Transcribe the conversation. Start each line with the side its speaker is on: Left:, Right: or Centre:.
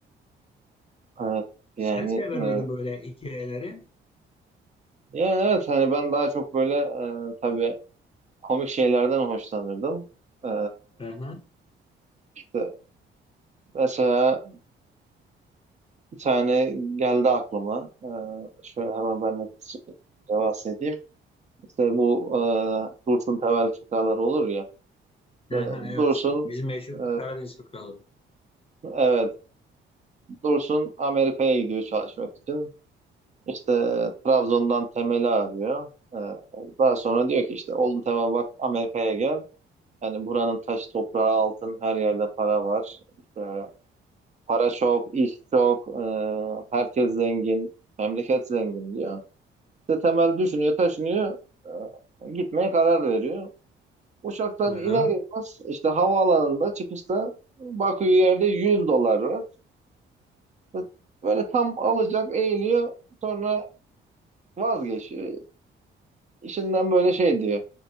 Right: evet yani
Left: Sen sever
Right: e,
Left: miydin böyle hikayeleri?
Right: ya evet hani ben daha çok böyle e, tabii komik şeylerden hoşlanırdım. Ee,
Left: Hı hı.
Right: işte mesela bir tane geldi aklıma. Ee, şöyle hemen ben de kısaca bahsedeyim. İşte bu e, Dursun Tevel şakalar olur ya. İşte
Left: Aha, evet.
Right: Dursun
Left: Bizim meşhur
Right: e,
Left: Karadeniz fıkraları.
Right: evet Dursun Amerika'ya gidiyor çalışmak için. İşte Trabzon'dan Temel'i arıyor. Ee, daha sonra diyor ki işte oğlum Temel bak Amerika'ya gel. Yani buranın taş toprağı altın her yerde para var. İşte Para çok, iş çok, e, herkes zengin, memleket zengin diyor. İşte Temel düşünüyor, taşınıyor, e, gitmeye karar veriyor. Uçaktan
Left: <laughs>
Right: iner
Left: Aha.
Right: inmez işte havaalanında çıkışta bakıyor yerde 100 dolar var. İşte Böyle tam alacak eğiliyor sonra vazgeçiyor. İşinden böyle şey diyor.